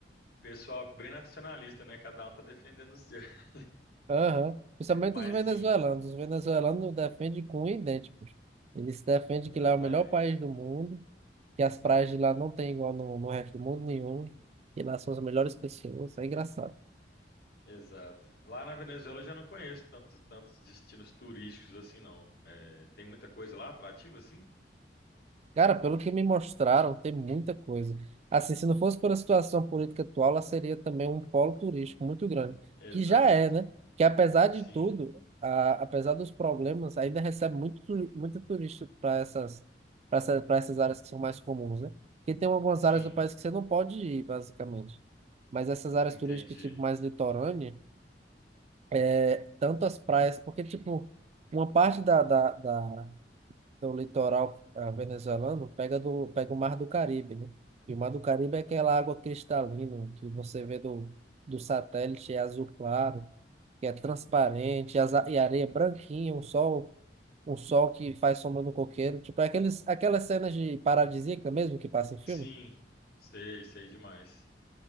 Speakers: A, on the left; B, on the right.
A: Pessoal bem nacionalista, né? Cada um tá defendendo o seu. <laughs>
B: Aham. Principalmente
A: Mas
B: os venezuelanos.
A: sim,
B: Os venezuelanos defendem com idênticos. Eles defendem
A: exatamente.
B: que lá é o melhor país do mundo, que as praias de lá não tem igual no, no resto do mundo nenhum, que lá são as melhores pessoas. É engraçado.
A: Exato. Lá na Venezuela eu já não conheço tantos, tantos destinos turísticos assim, não. É, tem muita coisa lá atrativa, assim?
B: Cara, pelo que me mostraram, tem muita coisa. Assim, se não fosse por a situação política atual, ela seria também um polo turístico muito grande,
A: Exato.
B: que já é, né? Que apesar
A: Sim,
B: de tudo, a, apesar dos problemas, ainda recebe muito, tu- muito turista para essas, para essa, para essas áreas que são mais comuns, né? Porque tem algumas
A: sim,
B: áreas do país que você não pode ir, basicamente. Mas essas áreas
A: entendi.
B: turísticas, tipo, mais litorânea, é, tanto as praias, porque, tipo, uma parte da, da, da do litoral ah, venezuelano pega, do, pega o Mar do Caribe, né? E o Mar do Caribe é aquela água cristalina que você vê do, do satélite, é azul claro, que é transparente, e, as, a- e a areia é branquinha, um sol, um sol que faz sombra no coqueiro. Tipo, é aqueles, aquelas cenas de paradisíaca mesmo que passa em filme.
A: Sim, sei, sei demais.